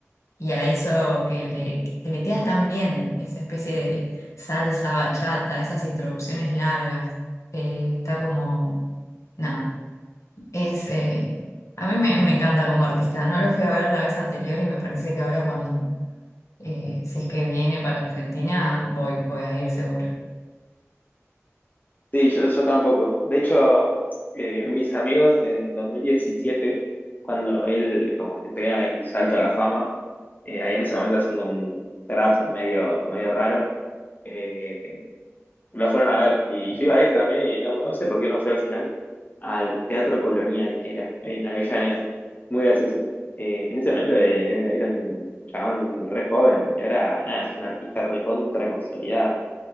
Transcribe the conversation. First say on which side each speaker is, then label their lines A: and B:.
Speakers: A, on the left; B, on the left.
A: Y a eso que le, que le queda tan bien, esa especie de salsa bachata, esas introducciones largas, eh, está como, nada, es, eh, a mí me, me encanta como artista, no lo fui a ver la vez anterior y me parece que ahora cuando, eh, si es que viene para Argentina, voy, voy a ir seguro.
B: Sí, yo, yo tampoco. De hecho, eh, mis amigos en 2017, cuando él como que pega el salto a la fama, eh, ahí en ese momento haciendo un trap medio, medio raro, eh, lo fueron a ver. Y yo iba a ir también y no, no sé por qué no fue al final, al Teatro Colonial, era, en Avellaneda. Muy gracioso. Eh, en ese momento eh, era un chabón re joven y ahora, nada, es un artista recontra consolidada.